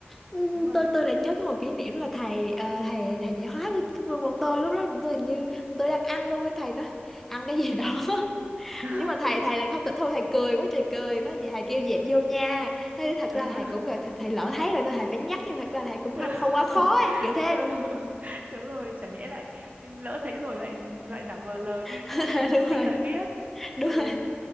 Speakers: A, in the centre; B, on the right (about 35°).
A: Ừ,
B: đúng rồi.
A: tôi tôi lại nhớ có một kỷ niệm là thầy ờ, thầy thầy dạy hóa của của bọn tôi lúc đó bọn tôi hình như tôi đang ăn luôn ấy thầy nói ăn cái gì đó <laughs>
B: <laughs>
A: nhưng mà thầy thầy lại không tịch thu thầy cười quá trời cười nó vậy thầy kêu dẹp vô nha thế thật
B: ừ,
A: ra thầy cũng là thầy, thầy lỡ thấy rồi nên thầy phải nhắc nhưng thật
B: ừ,
A: ra thầy cũng
B: <laughs>
A: không không quá khó ấy, kiểu thế
B: ừ, đúng rồi, chả nhẽ lại lỡ thấy rồi lại lại giả vờ lờ đi đúng
A: <laughs>
B: không? Thì học
A: đúng
B: sinh
A: rồi
B: lại biết.
A: đúng
B: Ừ,
A: rồi